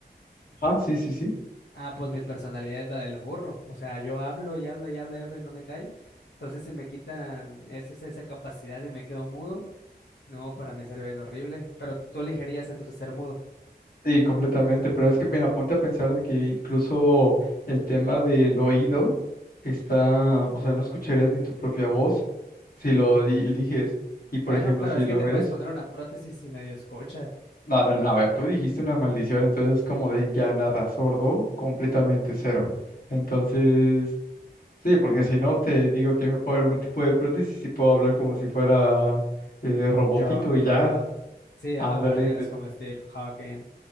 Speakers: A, on the left; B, on the left.
A: Ah, sí, sí, sí.
B: Ah, pues mi personalidad es la del burro. O sea, yo hablo y hablo y hablo y hablo y no me callo. Entonces, si me quitan es- es- esa capacidad y me quedo mudo, no, para mí sería bien horrible. Pero tú elegirías entonces ser mudo.
A: Sí, completamente, pero es que, bien, aponte a pensar de que incluso el tema del oído está, o sea, no escucharías ni tu propia voz si lo di- eliges. Y, por
B: Bueno,
A: ejemplo,
B: pero
A: si
B: es
A: lo
B: que te
A: ves.
B: puedes poner una prótesis si medio escuchas.
A: No, no, no, a ver, tú dijiste una maldición, entonces es como de ya nada, sordo, completamente cero. Entonces, sí, porque si no te digo que me pongo algún tipo de prótesis y sí puedo hablar como si fuera eh, robotito
B: Yo,
A: y
B: robot,
A: ya,
B: sí,
A: ándale,
B: hablarías
A: de-
B: como Steve Hawking.